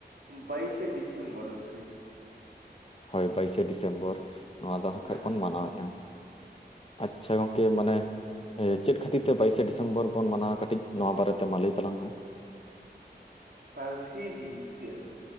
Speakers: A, on the right; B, on the left.
A: ᱵᱟᱭᱤᱥᱮ ᱰᱤᱥᱮᱢᱵᱚᱨ ᱜᱚᱝᱠᱮ᱾
B: ᱦᱳᱭ ᱵᱟᱭᱤᱥᱮ ᱰᱤᱥᱮᱢᱵᱚᱨ ᱱᱚᱣᱟ ᱫᱚ ᱦᱟᱸ
A: ᱦᱳᱭ
B: ᱠᱷᱷᱟᱡ ᱵᱚᱱ
A: ᱦᱳᱭ
B: ᱢᱟᱱᱟᱣᱮᱜᱼᱟ᱾ ᱟᱪᱷᱟ ᱜᱚᱝᱠᱮ ᱢᱟᱱᱮ ᱪᱮᱫ ᱠᱷᱟᱹᱛᱤᱨ ᱛᱮ ᱵᱟᱭᱤᱥᱮ ᱰᱤᱥᱮᱢᱵᱚᱨ ᱵᱚᱱ ᱢᱟᱱᱟᱣᱟ ᱠᱟᱹᱴᱤᱡ ᱱᱚᱣᱟ ᱵᱟᱨᱮᱛᱮ ᱢᱟ ᱞᱟᱹᱭ ᱛᱟᱞᱟᱝ ᱢᱮ?
A: ᱯᱟᱹᱨᱥᱤ ᱡᱤᱛᱠᱟᱹᱨ